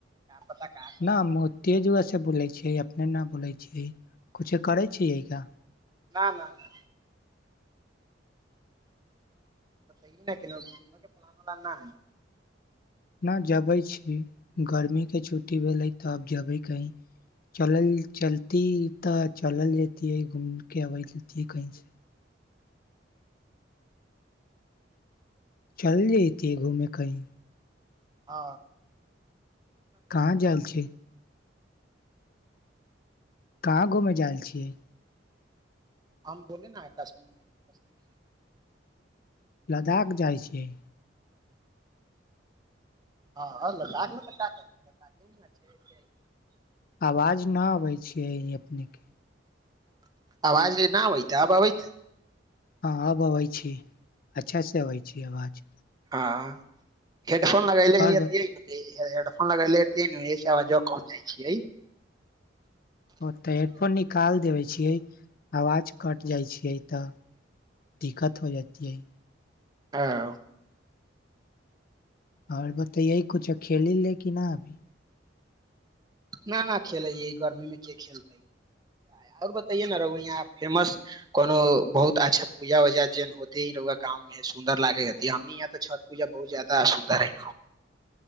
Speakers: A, on the right; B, on the left.
A: का पता का करै
B: ना मो तेज वस <unintelligible> बोलै छियै अपने ना बोलै छियै कुछो करै छियै का
A: न न नहि तती ने कि नके फलान उलाना है
B: न जबै छी गर्मी के छुट्टी भेलै तऽ अब जेबै कही चलल चलती तऽ चलल जतिियै घूम के अबैततिियै कहीसँ चल जेति घूमे कइ
A: अ
B: कहाँ जाल छै कहाँ घूमय जायल छियै
A: हम बोले न है कश्मी कश्मीर
B: लद्दाख जाइ छिय
A: हँ तऽ क कर
B: आवाज नहि अबै छैियै यही अपनेके
A: आ आाज न होै तऽ आबबै त
B: हँ अब अबै छी अच्छास से अबै छी आवाज
A: हँ हेडफ फोन लगा ले हेै
B: आओर
A: हेडफोन लग ले ज कोन जाइ छ
B: ओ तऽ हेडफोन निकालि देबै छियै आवाज कटि जाइ छियै तऽ दिक्कत हो जतियै
A: आ
B: आओर बताऽ यह कुछो खेली ले कि न अभी
A: न ना खेलै गर्मीमे के खेलतै आओर बतैए ने रहु यहाँ फेमस कोनो बहुत अच्छा पूजा उजा जेन होतेु गाँवमे सुन्दर लागे ह हमनी यहाँ तऽ छठ पूजा बहुत जादा सुन्दर है